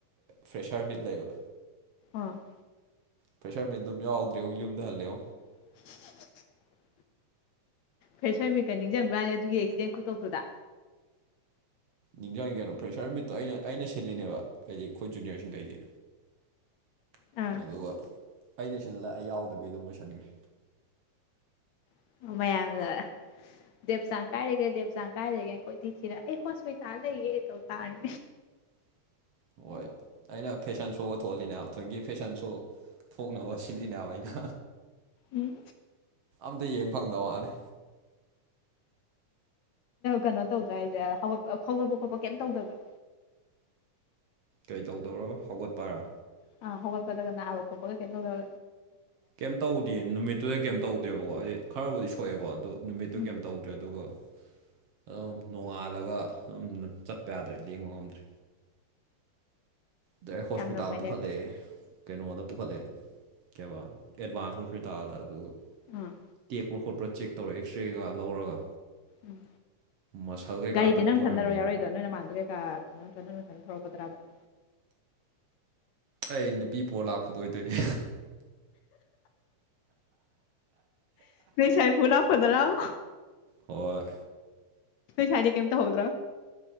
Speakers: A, on the right; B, on the left.
A: ꯐ꯭ꯔꯦꯁꯥꯔ ꯃꯤꯠ ꯂꯩꯕ
B: ꯑꯥ <inaudible>
A: ꯄꯩꯁꯥ ꯃꯤ ꯑꯗꯨꯝ ꯌꯥꯎꯗ꯭ꯦꯉꯣꯌꯨꯝꯗ ꯍꯜꯂꯣ
B: <unintelligible> <inaudible> ꯐꯦꯁꯣꯏ ꯃꯤꯀ ꯅꯤꯡꯁꯤꯡꯕ꯭ꯔꯥꯅꯤ ꯑꯗꯨꯒꯤ ꯑꯦꯛꯁꯤꯗꯦꯟ ꯈꯨꯇꯣꯛꯇꯨꯗ
A: ꯅꯤꯡꯖ ꯀꯩꯅꯣ ꯄ꯭ꯔꯦꯁꯥꯔ ꯃꯤꯠꯇꯣ ꯑꯩꯅ ꯑꯩꯅ ꯁꯤꯜꯂꯤꯅꯦꯕ ꯍꯥꯏꯗꯤ ꯑꯩꯈꯣꯏ ꯖꯨꯅꯤꯌꯔꯁꯤꯡꯈꯩꯒꯤ
B: ꯑꯥ
A: ꯑꯗꯨꯒ ꯑꯩꯅ ꯁꯤꯜꯂ ꯑꯩ ꯌꯥꯎꯗꯕꯤ ꯑꯗꯨꯝ ꯂꯣꯏꯁꯤꯟꯒ꯭ꯔꯦ
B: <inaudible> ꯁꯃ ꯌꯥ ꯍꯥꯏꯒ ꯗꯦꯞꯆꯥꯡ ꯀꯥꯏꯔꯒꯦ ꯗꯦꯞꯆꯥꯡ ꯀꯥꯏꯔꯒꯦꯈꯣꯏꯗꯤꯤꯊꯤꯔ ꯑꯩ ꯍꯣꯁꯄꯤꯇꯥꯜ ꯂꯩꯒꯦ ꯇꯧ ꯇꯥꯔꯔꯤ
A: <unintelligible> <inaudible> ꯍꯣꯏ ꯑꯩꯅ ꯐꯦꯁꯟ ꯁꯣꯒ ꯊꯣꯛꯍꯜꯂꯤꯅꯦꯕ ꯊꯣꯏꯒꯤ ꯐꯦꯁꯟ ꯁꯣ ꯊꯣꯛꯅꯕ ꯁꯤꯜꯂꯤꯅꯦꯕ ꯑꯩꯅ
B: ꯎꯝ
A: ꯑꯝꯇ ꯌꯦꯡ ꯐꯪꯗ ꯋꯥꯅꯤ
B: ꯀꯩꯅꯣ ꯇꯧꯗ꯭ꯔꯥ ꯍꯥꯏꯁꯦ ꯍꯧꯒꯠꯄ ꯈꯥꯎꯒꯠꯄ ꯈꯣꯠꯄ ꯀꯩꯝ ꯇꯧꯗꯕ
A: ꯀꯩꯇꯧꯗꯔꯣ ꯍꯧꯒꯠꯄꯔ
B: ꯑ ꯍꯣꯞꯄꯗꯒ ꯅꯅꯥꯒꯣꯄꯒ ꯀꯦꯣꯗꯦ
A: ꯀꯩꯝ ꯇꯧꯗꯤ ꯅꯨꯃꯤꯠꯇꯨꯗ ꯀꯩꯝ ꯇꯧꯗꯦꯕꯀꯣ ꯑꯩ ꯈꯔꯕꯨꯗꯤ ꯁꯣꯛꯑꯦꯀꯣ ꯑꯗꯨ ꯅꯨꯃꯤꯠꯇꯨ
B: ꯎꯝ
A: ꯀꯩꯝ ꯇꯧꯗ꯭ꯔꯦ ꯑꯗꯨꯒ ꯑꯗꯨꯝ ꯅꯣꯡꯉꯥꯜꯂꯒ ꯑꯗꯨꯝ ꯆꯠꯄ ꯌꯥꯗ꯭ꯔꯦ ꯂꯦꯡꯕ ꯉꯝꯗ꯭ꯔꯦ ꯑꯗꯩ ꯍꯣꯁꯄꯤꯇꯥꯜ
B: ꯌꯥꯝꯅ ꯐꯩꯅꯦ
A: ꯄꯨꯈꯠꯂꯛꯑꯦ ꯀꯩꯅꯣꯗ ꯄꯨꯈꯠꯂꯛꯑꯦ ꯀꯩꯕꯥ ꯑꯦꯗꯚꯥꯟꯁ ꯍꯣꯁꯄꯤꯇꯥꯜꯗ ꯑꯗꯨꯒ
B: ꯎꯝ
A: ꯇꯦꯛꯄ꯭ꯔꯥ ꯈꯣꯠꯄ꯭ꯔꯥ ꯆꯦꯛ ꯇꯧꯔ ꯑꯦꯛꯁꯔꯦꯒ ꯂꯧꯔꯒ
B: ꯎꯝ
A: ꯃꯁꯜ ꯀꯩꯀꯥ
B: ꯒꯥꯔꯤꯗꯤ
A: ꯇꯠꯄ
B: ꯅꯪ
A: ꯑꯣꯏꯔꯝꯃꯦ
B: ꯁꯟꯅꯔꯣꯏ ꯌꯥꯎꯔꯣꯏꯏꯗꯣ ꯅꯣꯏ ꯅ ꯃꯥꯟꯕꯗ ꯀꯩꯀꯥꯠꯇ ꯅꯪꯅ ꯁꯟ ꯊꯧꯔꯛꯄ ꯈꯨꯗ꯭ꯔꯕ <inaudible>
A: ꯑꯩ ꯅꯨꯄꯤ ꯄꯣꯔ ꯂꯥꯛꯄꯗꯣ ꯑꯣꯏꯗꯣꯏꯅꯦ
B: ꯁꯥꯏ ꯐꯨꯂꯄꯗꯔ <inaudible>
A: ꯍꯣꯏ
B: ꯆꯗ ꯀꯦꯝꯇ ꯍꯣꯗ꯭ꯔꯥ